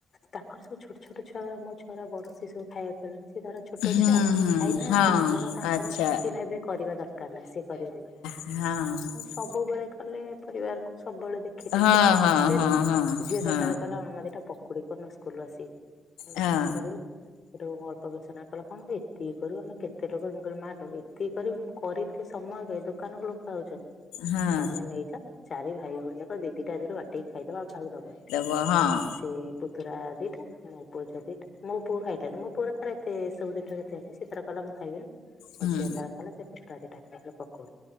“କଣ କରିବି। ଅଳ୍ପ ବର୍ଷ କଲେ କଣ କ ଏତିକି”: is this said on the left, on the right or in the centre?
Left